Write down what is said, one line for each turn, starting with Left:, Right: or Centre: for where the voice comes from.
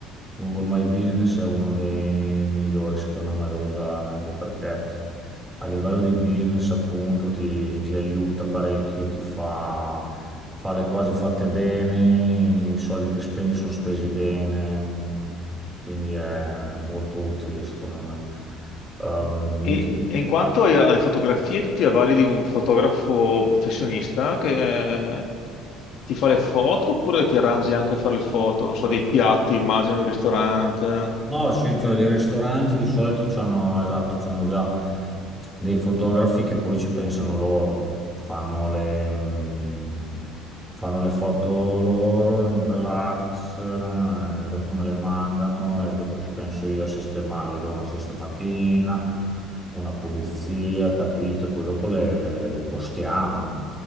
Centre: Google My Business è uno dei migliori, secondo me, da usare, anche perché a livello di business, appunto, ti, ti aiuta parecchio, ti fa, fa le cose fatte bene, i soldi che spendi sono spesi bene, mh, quindi è molto utile, secondo me. Ehm,
Left: E,
Centre: io ti-
Left: e in quanto ai- alle fotografie, tu ti avvali di un fotografo professionista che, eh, Ti fa le foto oppure ti arrangi anche a fare le foto? Non so, dei piatti, immagino, di un ristorante.
Centre: No, sì, cioè i ristoranti di solito c'hanno, esatto, c'hanno già dei fotografi che poi ci pensano loro, fanno le, mh, fanno le foto loro in relax, eh, dopo me le mandano e dopo ci penso io a sistemarle, do una sistematina, una pulizia, capito? Poi dopo le, le- le- le postiamo.